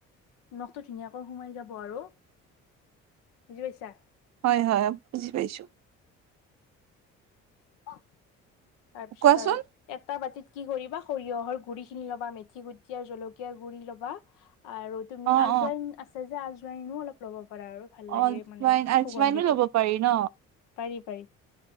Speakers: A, on the left (about 85°); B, on the right (about 60°).
A: নিমখটো ধুনীয়াকৈ সোমাই যাব আৰু বুজি পাইছা?
B: হয় হয় বুজি পাইছো।
A: অ' তাৰপিছত
B: কোৱাচোন
A: আৰু এটা বাতিত কি কৰিবা, সৰিয়হৰ গুৰিখিনি ল'বা, মেথি গুটি আৰু জলকীয়াৰ গুৰি ল'বা আৰু তুমি
B: অ
A: আজোৱাইন
B: অ
A: আছে যে, আজোৱাইনো অলপ লব কৰা আৰু ভাল
B: অ
A: লাগে
B: আজৱাইন
A: মানে
B: আজৱাইনো
A: সুগন্ধিটো।
B: ল'ব পাৰি ন
A: পাৰি পাৰি